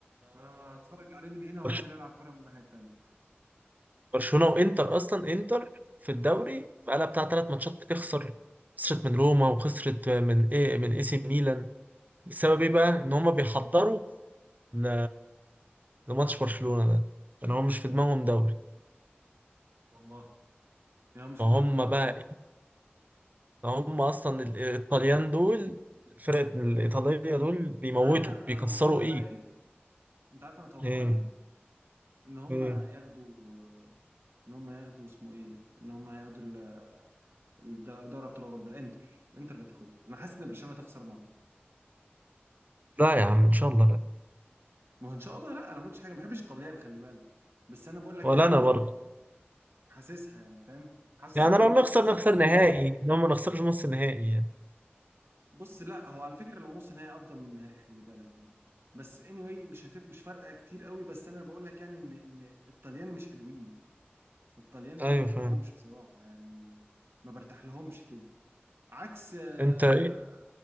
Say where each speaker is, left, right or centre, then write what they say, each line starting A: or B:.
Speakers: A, on the right; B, on the right.
A: أنا هتفرق عليهم من هنا وهنزل
B: برش-
A: ألعب كورة من الهاي التانية
B: برشلونه وانتر اصلا انتر في الدوري بقالها بتاع ثلاث ماتشات تخسر خسرت من روما وخسرت من ايه من اي سي ميلان بسبب ايه بقى ان هم بيحضروا ل... لماتش برشلونه ده لان هم مش في دماغهم دوري
A: والله يا مش
B: فهم
A: بدناهم دوري
B: بقى
A: خارج.
B: هم اصلا الايطاليان دول الفرق الايطاليه دول بيموتوا
A: أنت عارف أنا
B: بيكسروا
A: أتوقع إيه
B: ايه
A: بقى؟ ايه؟ أنت عارف أنا أتوقع
B: ايه
A: إيه؟ إنهم
B: ايه
A: ما يغدوا إنهم ما يغدوا اسمه إيه؟ إنهم ما يغدوا ال الدور أبطال أوروبا الأندر الأندر اللي تأخذ؟ أنا أحس إن برشلونة تقصر ما.
B: لا يا عم ان شاء الله لا
A: ما هو ان شاء الله لا انا ما قلتش حاجه ما بحبش الطليان خلي بالك بس انا بقول لك
B: ولا
A: يعني
B: انا برضه
A: حاسسها يعني فاهم حاسس
B: يعني
A: ان
B: لو
A: هم
B: نخسر
A: أصل...
B: نخسر نهائي لو ما نخسرش نص نهائي يعني.
A: بص لا هو على فكره لو نص نهائي افضل من نهائي خلي بالك يعني بس anyway مش هتبقى مش فارقه كتير قوي بس انا بقول لك يعني ان ان الطليان مش حلوين الطليان انا
B: ايوه
A: ما بحبهمش
B: فاهم
A: بصراحه يعني ما برتاح لهمش كده عكس آه،
B: انت ايه